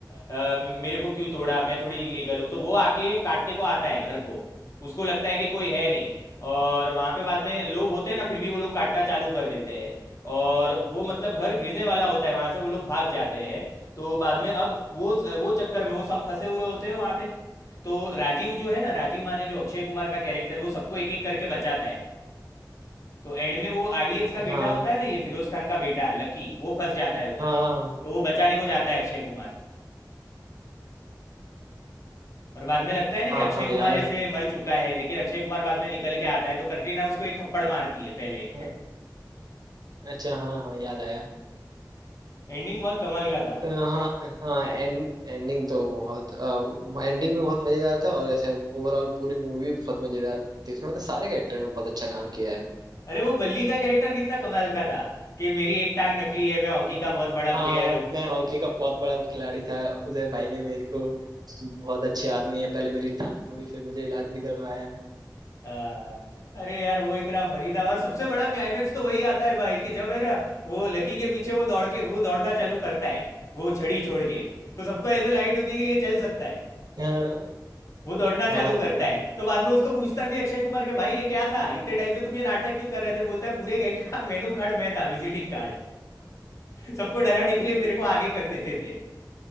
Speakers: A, on the left; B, on the right.
A: अ, मेरे को क्यों तोड़ा मैं थोड़ी इलीगल हूँ तो वो आके काटने को आता है घर को उसको लगता है कि कोई है नहीं और वहाँ पे बाद में लोग होते हैं ना फिर भी वो लोग काटना चालू कर देते हैं और वो मतलब घर गिरने वाला होता है वहाँ से वो लोग भाग जाते हैं तो बाद में अब वो वो चक्कर में वो सब फंसे हुए होते हैं वहाँ पे तो राजीव जो है ना राजीव माने जो अक्षय कुमार का कैरेक्टर वो सबको एक एक करके बचाता है तो एंड में वो आरडीएक्स का बेटा
B: हाँ
A: होता है ना ये फिरोज खान का बेटा लकी वो फंस जाता है उधर
B: हाँ
A: तो वो बचाने को जाता है अक्षय कुमार और बाद में लगता है ना कि
B: हाँ
A: अक्षय
B: हाँ
A: कुमार
B: याद
A: ऐसे मर चुका है लेकिन अक्षय कुमार बाद में निकल के आता है तो कटरीना उसको एक थप्पड़ मारती है पहले
B: हाँ,
A: <laughs>
B: अच्छा हाँ हाँ याद आया
A: एंडिंग बहुत कमाल का था
B: तो हाँ हाँ एंड एंडिंग तो बहुत एंडिंग भी बहुत मजेदार था और ऐसे ओवरऑल पूरी मूवी भी बहुत मजेदार थी उसमें मतलब सारे कैरेक्टर ने बहुत अच्छा काम किया है
A: अरे वो बल्ली का कैरेक्टर कितना कमाल का था कि मेरी एक टांग नकली है मैं हॉकी का बहुत बड़ा
B: हाँ
A: प्लेयर हूँ
B: मैं हॉकी का बहुत बड़ा खिलाड़ी था उदय भाई ने मेरे को बहुत अच्छे आदमी है पहले मेरी टांग तोड़ी फिर मुझे इलाज भी करवाया
A: हाँ, अरे यार वो इतना फनी था और सबसे बड़ा क्लाइमेक्स तो वही आता है भाई कि जब है ना वो लकी के पीछे वो दौड़ के वो दौड़ना चालू करता है वो छड़ी छोड़ के तो सबको ऐसे लाइट होती है कि ये चल सकता है
B: हाँ
A: वो दौड़ना
B: हाँ
A: चालू करता है तो बाद में उसको पूछता भी है अक्षय कुमार के भाई ये क्या था इतने टाइम से तुम ये नाटक क्यों कर रहे थे बोलता है पूरे गैंग का मेनू कार्ड मैं था विजिटिंग कार्ड सबको डराने के लिए मेरे को आगे कर देते थे